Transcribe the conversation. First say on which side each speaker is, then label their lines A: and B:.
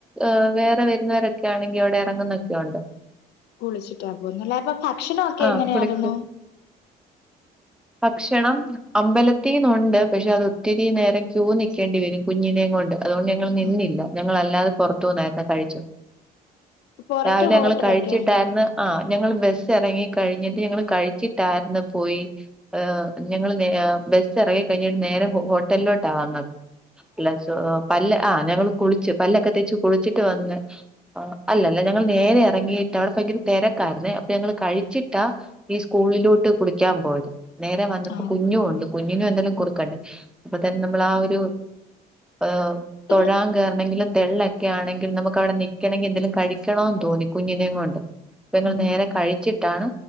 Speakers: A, in the centre; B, on the left (about 80°).
A: ആ വേറെ വരുന്നവരൊക്കെ ആണെങ്കിൽ അവിടെ ഇറങ്ങുന്നയൊക്കെ ഒണ്ട്
B: കുളിച്ചിട്ടാ പോന്നല്ലേ അപ്പൊ ഭക്ഷണൊക്കെ
A: ആ
B: എങ്ങനെയായിരുന്നു
A: കുളിക്ക് ഭക്ഷണം അമ്പല തീന്നൊണ്ട് പക്ഷെ അത് ഒത്തിരിനേരം ക്യു നിക്കേണ്ടി വരും കുഞ്ഞിനേം കൊണ്ട് അതോണ്ട് ഞങ്ങൾ നിന്നില്ല
B: ഉം
A: ഞങ്ങൾ അല്ലാതെ പൊറത്തൂന്നായ്ര്ന്നു കഴിച്ചു
B: പൊറത്ത്
A: രാവിലെ
B: ഹോട്ടലൊക്കെ
A: ഞങ്ങൾ കഴിച്ചിട്ടാരുന്ന്
B: ഉണ്ടോ
A: ആ ഞങ്ങൾ ബസ് എറങ്ങിക്കഴിഞ്ഞിട്ട് ഞങ്ങള് കഴിച്ചിട്ടാര്ന്ന് പോയി ഏഹ് ഞങ്ങള് നേ ആ ബസ് എറങ്ങി കഴിഞ്ഞിട്ട് നേരെ ഹോട്ടലിലോട്ടാ വന്നത്. അല്ല ചോ പല്ല് ആ ഞങ്ങൾ കുളിച്ച്, പല്ലൊക്കെ തേച്ച്, കുളിച്ചിട്ട് വന്ന്. ആഹ് അല്ലല്ല ഞങ്ങൾ നേരെ ഇറങ്ങിട്ട് അവിടെ ഭയങ്കര തെരക്കാരുന്നേ അപ്പൊ ഞങ്ങൾ കഴിച്ചിട്ട ഈ സ്കൂളിലോട്ട് കുളിക്കാൻ പോയത് നേരെ വന്നപ്പോ
B: ആഹ്
A: കുഞ്ഞും ഒണ്ട് കുഞ്ഞിനു എന്തേലും കൊടുക്കണ്ടേ അപ്പൊ തന്നെ നമ്മള് ആ ഒ ഹ തൊഴാൻ
B: ഇത്
A: കേറണേങ്കിലും തെള്ളൊക്കെആണെങ്കിൽ നമ്മക്ക് അവിടെ നിക്കണങ്കിൽ എന്തേലും കഴിക്കണോന്ന്തോന്നി കുഞ്ഞിനേം കൊണ്ട് അപ്പൊ ഞങ്ങൾ
B: ഉം
A: നേരെ കഴിച്ചിട്ടാണ്